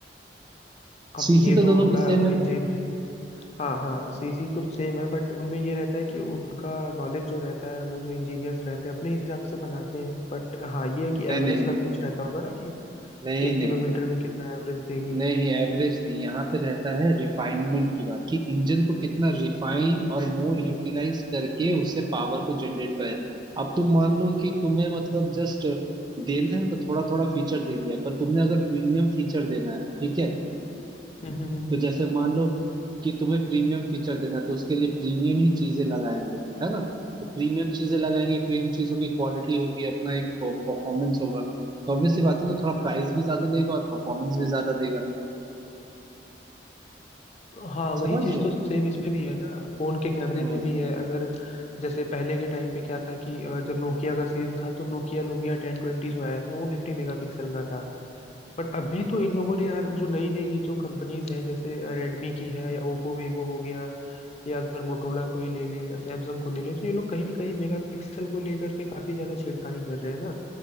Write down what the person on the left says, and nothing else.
अब
ये
तो
उनका
इंजीनियरिंग हाँ हाँ सीसी तो सेम है बट उनमें ये रहता है कि उनका नॉलेज जो रहता है वो जो इंजीनियर्स रहते हैं अपने हिसाब से बनाते हैं बट हाँ ये है कि
एवरेज
का भी कुछ रहता होगा ना कि
एक
किलोमीटर में कितना एवरेज देगी
हम्म हम्म, हम्म।
हाँ वही
चीज़
तो सेम इसमें भी है ना फोन के कैमरे
में भी है अगर जैसे पहले के टाइम पे क्या था कि अ, जब नोकिया का सीन था तो नोकिया लुमिया टेन ट्वेंटी जो आया था वो फिफ्टी मेगापिक्सल का था बट अभी तो इन लोगों ने यार जो नई नई ये जो कंपनीज हैं जैसे रेडमी की है या ओप्पो वीवो हो गया या अगर मोटरोला को ही ले लें या सैमसंग को ले लें तो ये लोग कहीं ना कहीं मेगापिक्सल को लेकर के काफ़ी ज़्यादा छेड़खानी कर रहे हैं ना